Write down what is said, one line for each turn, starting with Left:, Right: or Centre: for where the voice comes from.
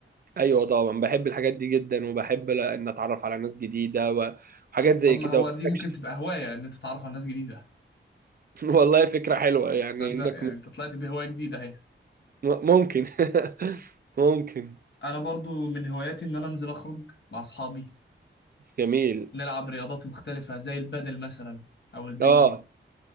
Right: ايوه طبعا بحب الحاجات دي جدا وبحب ل- ان اتعرف على ناس جديده و- وحاجات زي
Left: طب ما
Right: كده
Left: هو
Right: واستكشف
Left: دي ممكن تبقى هواية ان انت تتعرف على ناس جديدة
Right: <laughs> والله فكره حلوه يعني
Left: ده, ده
Right: انك
Left: يعني
Right: م-
Left: انت طلعت بهواية جديدة اهي
Right: ممكن <laughs> ممكن
Left: انا برضو من هواياتي ان انا انزل اخرج مع اصحابي
Right: جميل
Left: نلعب رياضات مختلفة زي البادل مثلا او البنج
Right: اه